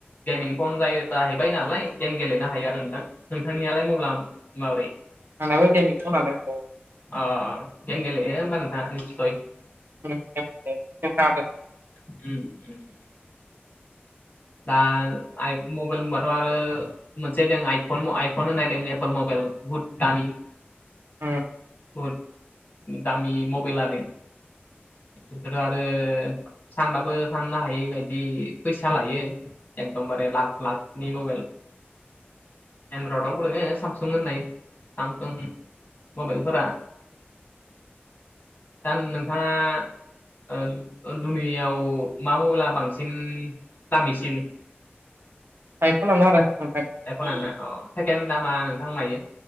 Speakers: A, on the left; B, on the right.
A: गेमिं फन जाय जाहैबाय नालाय गेम गेलेनो हायो आरो नोंथां नोंथांनियालाय मला माब्रै
B: <unintelligible>
A: ओ गेम गेलेयो ओमबा नोंथाङा <unintelligible>
B: <unintelligible>
A: <unintelligible> दा आय मबाइल होनबाथ' आरो मोनसे दों आइफन आइफन होननायदों एपोल मबाइल बुहुद दामि <inaudible>
B: <unintelligible>
A: बहुत दामि मबाइल आरो बेफोर आरो सानबाबो साननो हायि बायदि फैसा लायो एकदमबारे लाक लाकनि मबाइल <unintelligible> सामसुं होननाय सामसुं मबाइलफोरा दा नोंथाङा ओ ओ दुनियाव मा मला बांसिन दामिसि सिन
B: आइफन लानो हादों <unintelligible>
A: <unintelligible> अ सेकेणड दामा नोंथां मायो